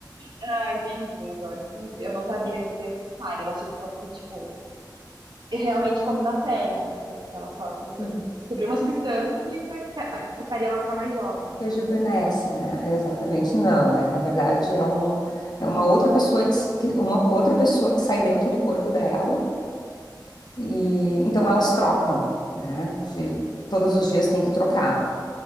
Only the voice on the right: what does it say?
Ah, entendi, agora entendi. Eu não sabia desse detalhe, eu achei que fosse, tipo, realmente como na série, entendeu? Que ela só
descobriu uma substância que, foi- que faria ela ficar mais jovem. né?